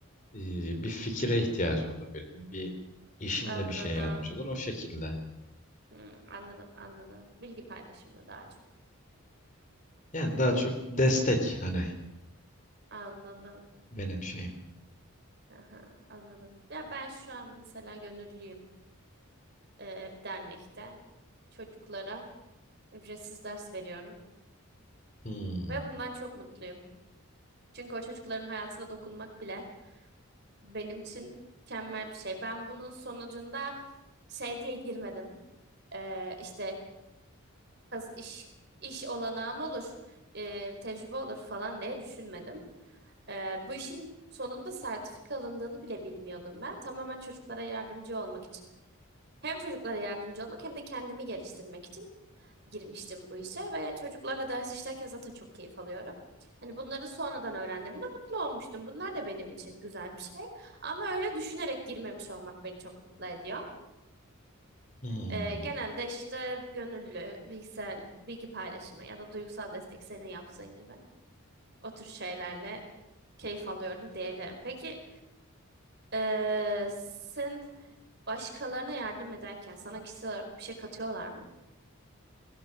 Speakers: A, on the left; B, on the right.
A: e, bir fikire ihtiyacı olur birinin. Bir işinde
B: Anladım.
A: bir şeye yardımcı olur o şekilde.
B: Hı, anladım anladım. Bilgi paylaşımı daha çok.
A: Yani daha çok destek hani
B: Anladım.
A: benim şeyim.
B: Aha, anladım. Ya ben şu an mesela gönüllüyüm eee, bir dernekte. Çocuklara ücretsiz ders veriyorum.
A: Hmm,
B: Ve bundan çok mutluyum. Çünkü o çocukların hayatına dokunmak bile benim için mükemmel bir şey. Ben bunun sonucunda şey diye girmedim. Eee işte kaz- iş, iş olanağım olur, eee, tecrübe olur falan diye düşünmedim. Eee, bu işin sonunda sertifika alındığını bile bilmiyordum ben. Tamamen çocuklara yardımcı olmak için. Hem çocuklara yardımcı olmak hem de kendimi geliştirmek için girmiştim bu işe ve çocuklarla ders işlerken zaten çok keyif alıyorum. Hani bunları sonradan öğrendiğimde mutlu olmuştum. Bunlar da benim için güzel bir şey. Ama öyle düşünerek girmemiş olmak beni çok mutlu ediyor.
A: hmm.
B: Ee, genelde işte gönüllü, bilgisayar, bilgi paylaşımı ya da duygusal destek senin yaptığın gibi o tür şeylerle keyif alıyorum diyebilirim. Peki ee, sen başkalarına yardım ederken sana kişisel olarak bir şey katıyorlar mı?